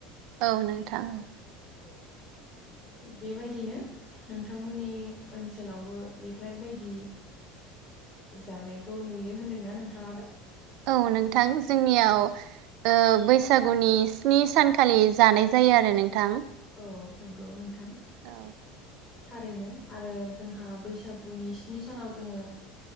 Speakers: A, on the right; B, on the left.
A: औ नोंथां औ
B: औ थिग बेबायदिनो नोंथांमोननि ओनसोलावबो बेफोरबायदि जानायखौ नुयो होनदोंना नोंथाङाबो
A: औ नोंथां जोंनियाव बैसागुनि स्नि सानखालि जानाय जायो आरो नोंथां।
B: औ नंगौ नोंथां।
A: औ
B: थारैनो आरो जोंहा बैसागुनि स्नि सानाव जोङो